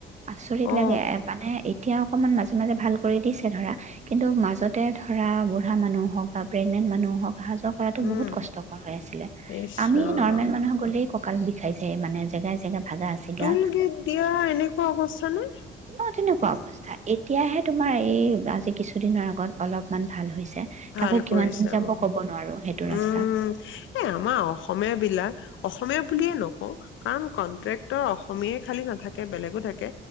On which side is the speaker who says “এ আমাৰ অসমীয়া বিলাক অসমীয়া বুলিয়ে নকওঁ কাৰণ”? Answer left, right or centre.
Left